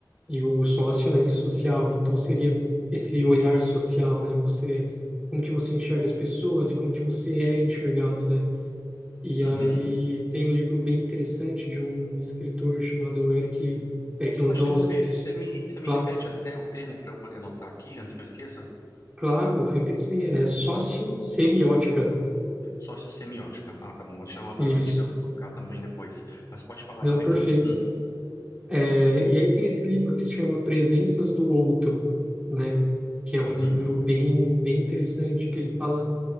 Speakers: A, on the right (about 15°); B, on the left (about 50°).
A: E o sócio, né? De social. Então seria esse olhar social, né? Você, como que você enxerga as pessoas e como que você é enxergado, né? E
B: Uhum.
A: aí tem um livro bem interessante de um escritor chamado Eric, Eric Landowski,
B: Desculpa te interromper.
A: que s-
B: Você me, você me
A: claro,
B: repete até o termo para eu poder anotar aqui antes que eu esqueça?
A: claro, repito, sim, é sociossemiótica,
B: Sócio semiótica. Ah, tá bom. Vou deixar anotado
A: é isso,
B: aqui para eu buscar também depois. Mas pode falar
A: não
B: aí, perdão.
A: perfeito.
B: Hum,
A: É, e aí tem esse livro que se chama Presenças do Outro, né, que é um
B: Uhum,
A: livro bem, bem interessante, que ele fala